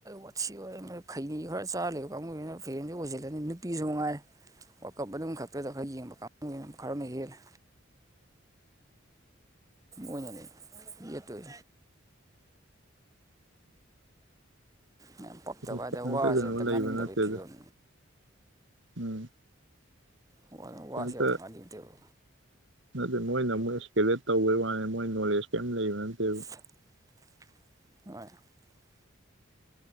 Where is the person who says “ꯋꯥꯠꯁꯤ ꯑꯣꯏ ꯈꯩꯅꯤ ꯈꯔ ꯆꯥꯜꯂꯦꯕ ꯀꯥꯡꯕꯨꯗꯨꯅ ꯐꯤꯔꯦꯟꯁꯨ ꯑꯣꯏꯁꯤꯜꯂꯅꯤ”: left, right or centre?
Right